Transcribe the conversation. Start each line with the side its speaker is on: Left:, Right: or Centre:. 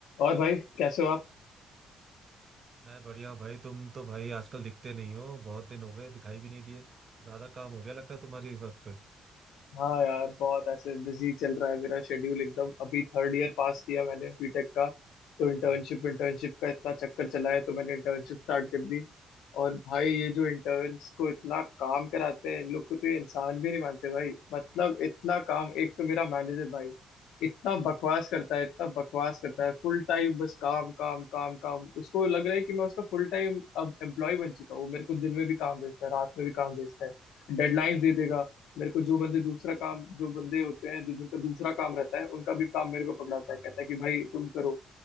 Left: और भाई कैसे हो आप
Right: मैं बढ़िया हूँ भाई तुम तो भाई आजकल दिखते नहीं हो बहुत दिन हो गए दिखाई भी नहीं दिए ज्यादा काम हो गया लगता है तुम्हारी वर्क पे
Left: हाँ यार बहुत ऐसे बिजी चल रहा है मेरा शेड्यूल एकदम अभी थर्ड ईयर पास किया मैंने बीटेक का तो इंटर्नशिप
Right: हाँ
Left: इंटर्नशिप का इतना चक्कर चला है तो मैंने इंटर्नशिप स्टार्ट कर दी और भाई ये जो इंटर्न्स को इतना काम कराते हैं इन लोग को तो ये इंसान भी नहीं मानते भाई मतलब इतना काम एक तो मेरा मैनेजर भाई इतना बकवास करता है इतना बकवास करता है फुल टाइम बस काम काम काम काम उसको लग रहा है कि मैं उसका फुल टाइम अब एम्प्लॉय बन चुका हूँ वो मेरे को दिन में भी काम भेजता है रात में भी काम भेजता है डेडलाइंस दे देगा मेरे को जो बंदे दूसरा काम जो बंदे होते हैं जिन- जिनका दूसरा काम रहता है उनका भी काम मेरे को पकड़ाता
Right: हाँ
Left: है कहता
Right: हाँ,
Left: है कि भाई तुम करो